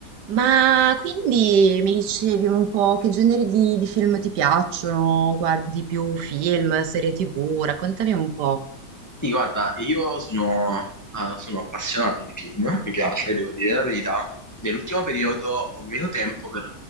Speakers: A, on the right (about 75°); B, on the left (about 15°).
A: Ma quindi mi dicevi un po' che generi di, di film ti piacciono? Guardi più film, serie TV? Raccontami un po'.
B: Sì, guarda, io sono, eh, sono appassionato di film, mi piace, devo dire la verità. Nell'ultimo periodo ho meno tempo per,